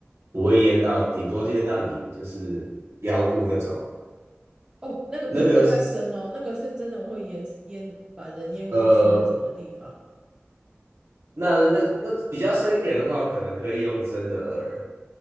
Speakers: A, on the right; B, on the right.
A: 不会淹到，顶多淹到你就是腰部那种。
B: 哦，那个比那个再深哦，
A: 那个是
B: 那个是真的会淹淹把人淹过去那种的地方。
A: 呃，那那那比较深一点的话，可能可以用真的饵。